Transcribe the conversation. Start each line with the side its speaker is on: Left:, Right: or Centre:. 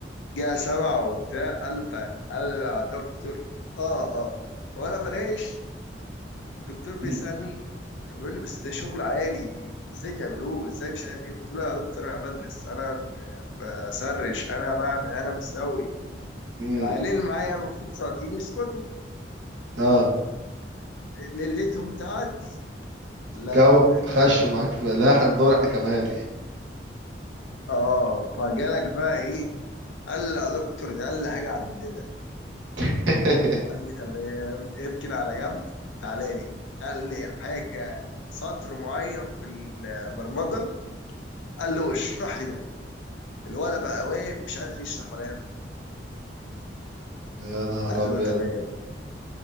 Left: سمعه وبتاع قال له تعالى قال له يا دكتور اه اه وانا بريش الدكتور بيسالني
Right: <laughs>
Left: فبيقول لي بس ده شغل عالي ازاي تعملوه ازاي مش عارف ايه قلت له يا دكتور انا بدرس انا بسرش انا بعمل انا بسوي
Right: أمم،
Left: العيلين اللي معايا المفروض سلاطين يسكتوا
Right: اه
Left: ليلتهم تعدي لا
Right: جو
Left: يا معلم
Right: خش معاك في لا احنا بندور احنا كمان
Left: اه فجالك بقى ايه قال لي يا دكتور ده اقل حاجه عندنا
Right: <laughs>
Left: قال لي تمام اركن على جنب تعالى لي قال لي حاجه سطر معين في البرمجه قال له اشرح لي ده الولد بقى واقف مش عارف يشرح ولا يعمل
Right: يا نهار
Left: قال
Right: ابيض
Left: له تمام